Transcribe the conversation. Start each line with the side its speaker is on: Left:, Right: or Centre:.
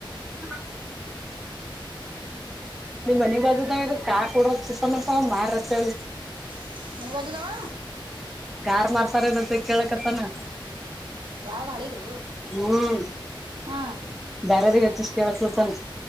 Centre: <unintelligible> ನಿಮ್ ಮನಿ <unintelligible> ಬದದಾವ <unintelligible> ಇಾಗ ಕಾರ್ ಕೊಡ <unintelligible> ಹೋಗ್ತಿತ್ತಂತ ಅವ ಮಾರತ್ ಹೇಳ
Right: <unintelligible> ಮಣಿಿವಾಜುದಾವ
Centre: ಯಾರ್ ಮಾಡ್ತಾರದಂತ ಕೇಳಕತ್ತಾನ
Right: ಯಾವ್ದ್ ಹಳಿದು
Centre: ಹ್ಮ್
Right: ಹಾ
Centre: ಬರೆದ <unintelligible> <unintelligible> ಷ್ಟವಸಸಲ್ಲ್ಮ